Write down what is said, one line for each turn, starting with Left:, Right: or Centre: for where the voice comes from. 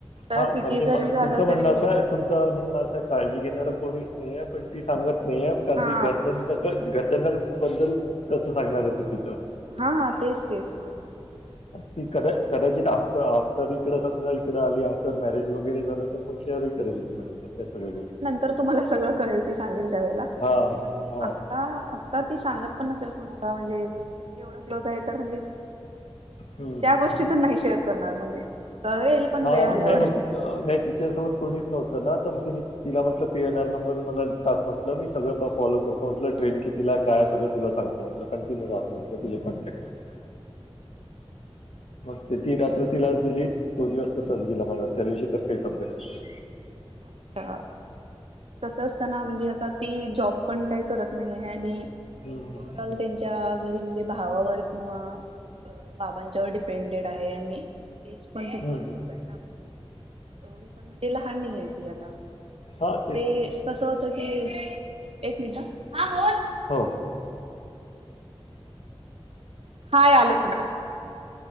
Right: तर
Left: हा
Right: किती
Left: म्हणजे
Right: जरी झालं
Left: तुमचं म्हणणं
Right: तरी
Left: असं आहे तुमचं म्हणणं असं आहे काळजी घेणारं कोणी नाही आहे पण ती सांगत नाहीये कारण
Right: हा
Left: की घरजन घरजना बद्दल कसं सांगणार आहे चुकीचं.
Right: हा तेच तेच हा तसं पण. आहे
Left: ती क कदाचित आफ्टर आफ्टर इकड समजा इकड आली आफ्टर मॅरेज वगैरे. झालं तर मग शेअरही करेल नंतर त्या सगळ्या गोष्टी.
Right: तर तुम्हाला सगळं कळेल ती सांगेल त्यावेेळेला प
Left: हां, हां.
Right: आ आता तेी सांगत पण नसेल कुणाला म्हणजे तुम्ही एवढं क्लोज आहे तर म्हणजे म्हणजे
Left: हं, हं.
Right: त्या गोष्टीच नाही शेअर करणार म्हणजे कळेल पण
Left: हा
Right: वेळ आल्यावर.
Left: नाही मग नाहीत तिच्यासोबत कोणीच नव्हतं ना तर मग ति तिला म्हटलं पी एन आर नंबर मला टाक म्हटलं मी सगळं फॉलो करतो. म्हटलं ट्रेन कितीला काय सगळं तुला सांगतो म्हटलं कंटिन्यू राहा म्हटलं तिच्या कॉन्टॅक्ट मध्ये मग ते ती रात्र तिलाच दिली तो दिवस तसाच गेला माझा त्या दिवशी तर काहीच अभ्यास नाही.
Right: अच्छा. तसं असताना म्हणजे आता ती जॉब पण काही करत नाही आहे आणि
Left: हम्म,
Right: ओवरऑल त्यांच्या त्या घरी म्हणजे भावावर किंवा बाबांच्या वर डिपेंडेड आहे आणि एज पण तिचं
Left: हम्म, हम्म.
Right: खूप आहे ना म्हणजे एवढी पण म्हणजे लहान नहीय. की आता
Left: हा
Right: मग
Left: तेच
Right: ते
Left: ना.
Right: कस होत की एक मिनट ह हा बोल....
Left: हो...
Right: हाय आलो थांब...